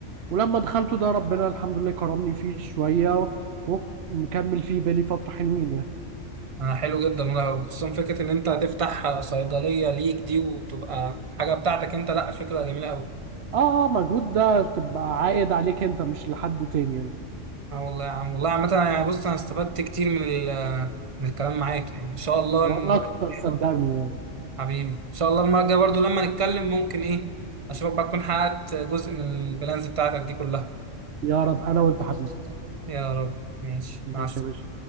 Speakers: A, on the right; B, on the right.
A: ولما دخلته ده ربنا الحمد لله كرمني فيه شوية ومكمل فيه بالي فترة حلوين يعني
B: انا حلو جدا والله وخصوصا فكره ان انت هتفتح صيدليه ليك دي وتبقى حاجه بتاعتك انت لا فكره جميله قوي
A: اه اه مجهود ده تبقى عائد عليك انت مش لحد تاني يعني
B: اه والله يا عم والله عامه يعني بص انا استفدت كتير من ال- من الكلام معاك يعني ان شاء الله
A: وانا
B: المره
A: اكتر
B: الجايه
A: صدقني يعني.
B: حبيبي ان شاء الله المره الجايه برضو لما نتكلم ممكن ايه اشوفك بقى تكون حققت جزء من البلانز بتاعتك دي كلها
A: يا رب انا وانت حبيبي
B: يا رب ماشي
A: ماشي
B: مع السلامه
A: يا باشا